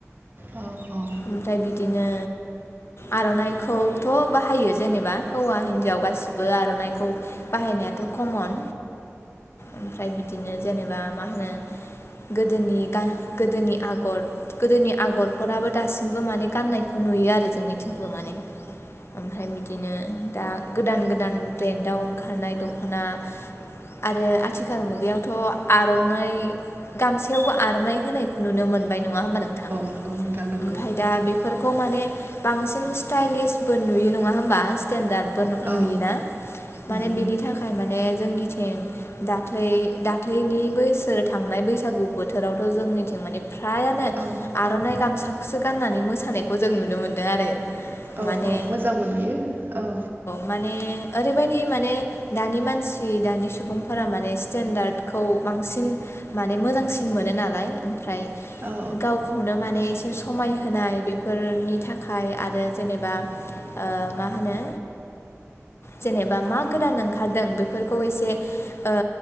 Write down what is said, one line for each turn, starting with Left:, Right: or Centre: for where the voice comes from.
Right: औ अ
Left: ओमफ्राय बिदिनो आर'नाइखौथ' बाहायो जेनेबा हौवा हिन्जाव गा सिबो आर'नाइखौ बाहायनायाथ' कमन ओमफ्राय बिदिनो जेनेबा मा होनो गोदोनि गा गोदोनि आगर गोदोनि आगर फोराबो दासिमबो माने गाननायखौ नुयो आरो जोंनिथिंबो माने। ओमफ्राय बिदिनो दा गोदान गोदान ब्रेन्डआव ओंखारनाय दख'ना। आरो आथिखाल मुगायावथ' आर'नाइ गामसायावबो आर'नाय होनायखौ नुनो मोनबाय नङा होमबा नोंथां
Right: नंगौ नोंथां नंगौ
Left: ओमफ्राय दा बे फोरखौ माने बांसिन स्टाइलिसबो नुयो नङा होमबा स्टेेनडार्दबो
Right: औ
Left: नुयोना माने
Right: उम
Left: बिनि थाखाय माने जोंनिथिं दाख्लै दाख्लैनि बोसोर थांनाय बैसागु बोथोरावथ' जोंनिथिं माने फ्रायानो
Right: औ
Left: आर'नाइ गामसाखौसो गाननानै मोसानायखौ जों नुनो मोनदों आरो।
Right: औ
Left: माने
Right: औ मोजांबो नुयो औ।
Left: माने ओरैबायदि माने दानि मानसि दानि सुबुंफोरा माने स्टेन्डार्डखौ बांसिन माने मोजांसिन मोनो नालाय ओमफ्राय
Right: औ
Left: गावखौनो माने एसे समायहोनाय बेफोरनि थाखाय आरो जेनेबा ओ मा होनो जेनेबा मा गोदान ओंखारदों बेफोरखौ एसे ओ